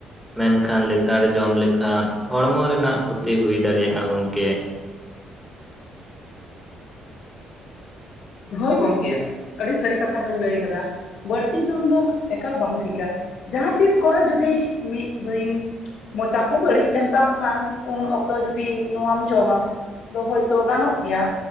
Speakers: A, in the centre; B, on the left (about 70°).
A: ᱢᱮᱱᱠᱷᱟᱱ ᱞᱮᱛᱟᱲ ᱡᱚᱢ ᱞᱮᱠᱷᱟᱱ ᱦᱚᱲᱢᱚ ᱨᱮᱱᱟᱜ ᱠᱷᱩᱛᱤ ᱦᱩᱭ ᱫᱟᱲᱮᱭᱟᱜᱼᱟ ᱜᱚᱢᱠᱮ᱾
B: ᱦᱳᱭ ᱜᱚᱝᱠᱮ, ᱟᱹᱰᱤ ᱥᱟᱹᱨᱤ ᱠᱟᱛᱷᱟ ᱵᱮᱱ ᱞᱟᱹᱭ ᱠᱟᱫᱟ᱾ ᱵᱟᱹᱲᱛᱤ ᱡᱚᱢ ᱫᱚ ᱮᱠᱟᱞ ᱵᱟᱝ ᱴᱷᱤᱠᱟ ᱡᱟᱦᱟᱸ ᱛᱤᱥ ᱠᱚᱨᱮ ᱡᱩᱫᱤ ᱢᱤᱫ ᱫᱤᱱ ᱢᱚᱪᱟ ᱠᱚ ᱵᱟᱹᱲᱤᱡ ᱞᱮᱱ ᱛᱟᱢ ᱠᱷᱟᱱ ᱩᱱ ᱚᱠᱛᱚ ᱡᱚᱫᱤ ᱱᱚᱣᱟᱢ ᱡᱚᱢᱟ, ᱫᱚ ᱦᱳᱭᱛᱚ ᱜᱟᱱᱚᱜ ᱜᱮᱭᱟ,